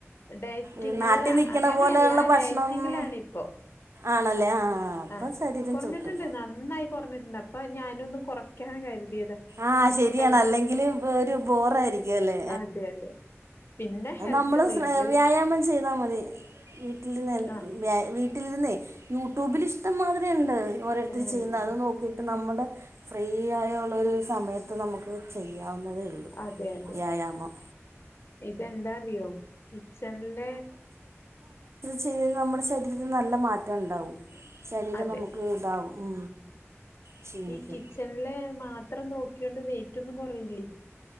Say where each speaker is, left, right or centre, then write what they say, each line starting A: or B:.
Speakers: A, on the left; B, on the right.
A: ഡൈറ്റിങ്
B: ഈ നാട്ടിൽ
A: അല്ല
B: നിൽക്കണ
A: അങ്ങനെയല്ല
B: പോലെയുള്ള ഭക്ഷണമൊന്നും
A: ഡൈറ്റിങ്ങിലാണിപ്പോ
B: ആണല്ലേ ആ അപ്പം
A: ആ
B: ശരീരം
A: കുറഞ്ഞിട്ടുണ്ട്
B: ചുട്ടും
A: നന്നായി കുറഞ്ഞിട്ടുണ്ട് അപ്പൊ ഞാനൊന്ന് കുറയ്ക്കാൻ കരുതിയതാ
B: ആഹ് ശരിയാണ്
A: ഹെൽത്ത്
B: അല്ലെങ്കില് ഒരു ബോറ് ആയിരിക്കും അല്ലേ
A: അതെ അതെ പിന്നെ
B: അത്
A: ഹെൽത്ത്
B: നമ്മള്
A: വീട്ടില്
B: വ്യായാമം ചെയ്താ മതി വീട്ടിൽനിന്ന്
A: ആഹ്
B: വ്യ വീട്ടിലിരുന്നെ യൂട്യൂബിൽ ഇഷ്ടം മാതിരിയുണ്ട് ഓരോരുത്തര്
A: ഏഹ്
B: ചെയ്യുന്നത് അത് നോക്കിയിട്ട് നമ്മുടെ ഫ്രീ ആയുള്ള ഒരു സമയത്ത് നമുക്ക് ചെയ്യാം യ്യാവുന്നതേ ഉള്ളു
A: അതെ അതെ
B: വ്യായാമം
A: ഇതെന്താ അറിയോ കിച്ചണിലെ
B: ചെയ്തൽ നമ്മുടെ ശരീരത്തിന് നല്ല മാറ്റം ഉണ്ടാവും ശരീരം
A: അതെ
B: നമുക്ക് ഇതാവും ക്ഷീണിക്കും
A: ഈ കിച്ചണിലെ മാത്രം നോക്കിയോണ്ട് വെയിറ്റൊന്നും കുറയില്ലേ